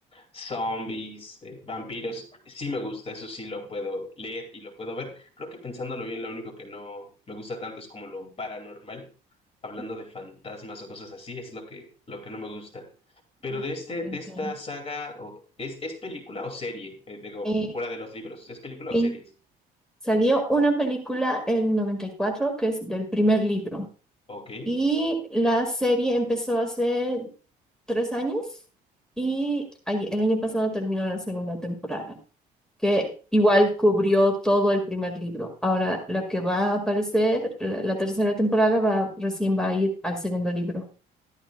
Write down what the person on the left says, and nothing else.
Zombies, eh, vampiros, sí me gusta, eso sí lo puedo leer y lo puedo ver. Creo que pensándolo bien, lo único que no me gusta tanto es como lo paranormal, hablando
de fantasmas o cosas así, es lo que, lo que no me gusta. Pero
de este,
de
esta saga, o- ¿es, es película o serie? Eh, digo,
fuera de los libros, ¿es película
o series?
Ok.